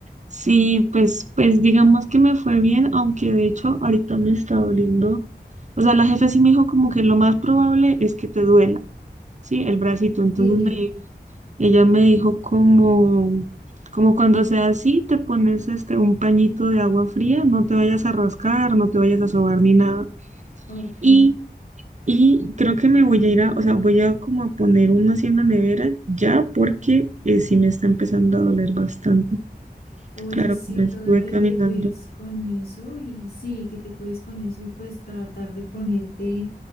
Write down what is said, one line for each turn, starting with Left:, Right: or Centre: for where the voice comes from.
Right: sí, pues, pues digamos que me fue bien, aunque de hecho ahorita me está doliendo. O sea, la jefa sí me dijo como que lo más probable es que te duela, sí, el bracito. Entonces
Left: Sí,
Right: me, ella me dijo como, como cuando sea así, te pones este un pañito de agua fría, no te vayas a rascar, no te vayas a sobar ni nada.
Left: ok.
Right: Y Y creo que me voy a ir a, o sea, voy a como a poner uno así en la nevera ya porque eh, sí me está empezando a doler bastante.
Left: Oye,
Right: Claro,
Left: sí,
Right: como estuve
Left: toca que
Right: caminando.
Left: te cuides con eso y sí, que te cuides con eso y pues tratar de ponerte